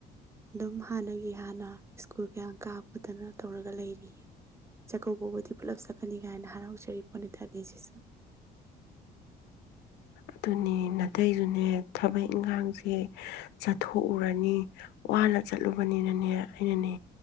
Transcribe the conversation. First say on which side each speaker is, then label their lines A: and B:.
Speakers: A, on the right; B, on the left.
A: ꯑꯗꯨꯝ ꯍꯥꯟꯅꯒꯤ ꯍꯥꯟꯅ ꯁ꯭ꯀꯨꯜ ꯀꯌꯥ ꯀꯥ ꯈꯣꯠꯇꯅ ꯇꯧꯔꯒ ꯂꯩꯔꯤꯌꯦ ꯆꯥꯛꯀꯧꯕꯕꯨꯗꯤ ꯄꯨꯂꯞ ꯆꯠꯀꯅꯤ ꯀꯥꯏꯅ ꯍꯔꯥꯎꯖꯔꯤ ꯄꯣꯅꯤꯇꯥꯅꯤꯁꯤꯁꯨ
B: ꯑꯗꯨꯅꯦ ꯅꯥꯇꯩꯁꯨꯅꯦ ꯊꯕꯛ ꯏꯪꯈꯥꯡꯁꯦ ꯆꯠꯊꯣꯛꯎꯔꯅꯤ ꯋꯥꯅ ꯆꯠꯂꯨꯕꯅꯤꯅꯅꯦ ꯑꯩꯅꯅꯦ